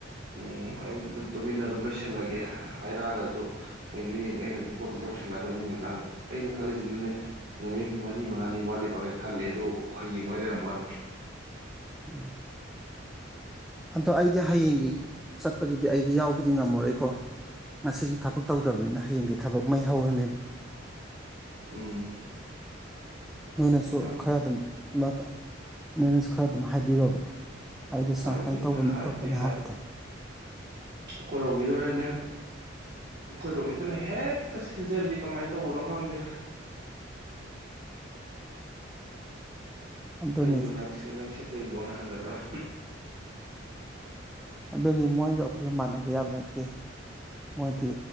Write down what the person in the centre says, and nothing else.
<inaudible> ꯑꯗꯣ ꯑꯩꯗꯤ ꯍꯌꯦꯡꯒꯤ ꯆꯠꯄꯗꯨꯗꯤ ꯑꯩꯗꯤ ꯌꯥꯎꯕꯗꯤ ꯉꯝꯃꯔꯣꯏꯀꯣ ꯉꯁꯤꯁꯨ ꯊꯕꯛ ꯇꯧꯗꯕꯅꯤꯅ ꯍꯌꯦꯡꯗꯤ ꯊꯕꯛ ꯃꯩ ꯍꯧꯔꯅꯦꯕ
ꯅꯣꯏꯅꯁꯨ
ꯈꯔ ꯑꯗꯨꯝ <unintelligible> ꯈꯔ ꯑꯗꯨꯝ ꯍꯥꯏꯕꯤꯔꯣꯕ ꯑꯩꯗꯣ ꯁꯨꯃꯥꯏ
ꯁꯨꯃꯥꯏꯅ ꯇꯧꯕꯅꯦ
ꯈꯣꯠꯄꯅꯤ ꯍꯥꯏꯕꯗꯣ
ꯑꯗꯨꯅꯤ
ꯑꯗꯨꯅꯤ ꯃꯣꯏꯒ ꯑꯩꯈꯣꯏꯒ ꯃꯥꯟꯅꯕ ꯌꯥꯕ ꯅꯠꯇꯦ ꯃꯣꯏꯗꯤ